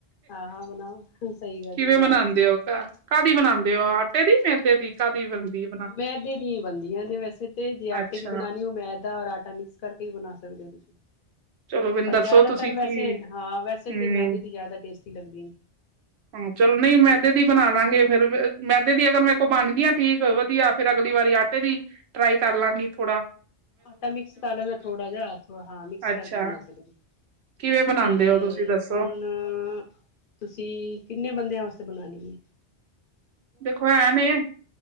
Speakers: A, on the left; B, on the right.
A: ਹਾਂ ਹਾਂ ਬਣਾਓ ਸਹੀ ਗੱਲ
B: ਕਿਵੇਂ
A: ਹੈ ਬਣਾਓ
B: ਬਨਾਉਂਦੇ ਓ ਘਰ ਕਾ ਦੀ ਬਣਾਉਂਦੇ ਹੋ ਆਟੇ ਦੀ ਮੇਦੇ ਦੀ ਕਾਦੀ ਬਨਦੀ ਏ
A: ਮੈਦੇ ਦੀਆਂ ਹੀ ਬਣਦੀਆਂ ਨੇੇ ਵੈਸੇ ਤੇ ਜੇ ਆਟੇ
B: ਅੱਛਾ
A: ਦੀ ਬਣਾਉਣੀ ਉਹ ਮੈਦਾ ਔਰ ਆਟਾ ਮਿਕਸ ਕਰਕੇ ਹੀ ਬਣਾ ਸਕਦੇ ਹੋ ਤੁਸੀਂ
B: ਚਲੋ ਮੈਨੂੰ
A: ਪਰ
B: ਦੱਸੋ
A: ਜ਼ਾੱਦਾਤਰ
B: ਤੁਸੀਂ
A: ਵੈਸੇ
B: ਕੀ
A: ਹਾਂ ਵੈਸੇ
B: ਹੂੰ
A: ਤਾਂ ਮੈਦੇ ਤੇ ਜ਼ਿਆਦਾ ਟੇਸਟੀ ਲਗਦੀ
B: ਹੂੰ ਚਲ ਨੀ ਮੈਦੇ ਦੀ ਬਣਾ ਲਾਂਗੇ ਫੇਰ ਮੈਦੇ ਦੀ ਅਗਰ ਮੇ ਕੋਲ ਬਣ ਗਈ ਆ ਠੀਕ ਵਧੀਆ ਫੇਰ ਅਗਲੀ ਵਾਰੀ ਆਟੇ ਦੀ ਟਰਾਈ ਕਰ ਲਾਂਗੀ ਥੋੜ੍ਹਾ
A: ਆਟਾ ਮਿਕਸ ਕਰ ਲਾਂਗੇ ਥੋੜਾ ਜਿਥ ਹਾਂ
B: ਅੱਛਾ
A: ਕਰਕੇ ਬਣਾ ਸਕਦੀ
B: ਕਿਵੇਂ ਬਣਾਉਂਦੇ
A: ਤੇ
B: ਹੋ ਤੁਸੀਂ
A: ਹੁਣ
B: ਦੱਸੋ
A: ਅ ਤੁਸੀਂ ਕਿੰਨੇ ਬੰਦਿਆਂ ਵਾਸਤੇ ਬਣਾਉਣੀ ਏ
B: ਦੇਖੋ ਐ ਵੇ